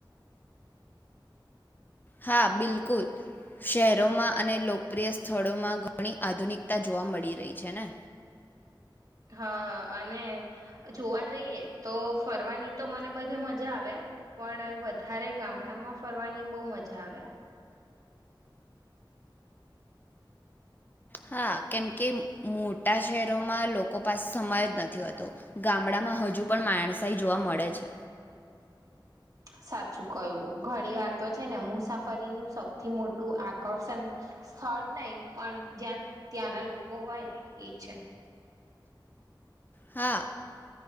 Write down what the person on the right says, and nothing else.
હા અને જોવા જઈએ તો ફરવાની તો મને બધે મજા આવે પણ વધારે ગામડામાં ફરવાની બહુ મજા આવે
સાચું કયું ઘણી વાર તો છે ને મુસાફરીનું સૌથી મોટું આકર્ષણ સ્થળ નહી પણ જ્યાં ત્યાંના લોકો હોય ને એ છે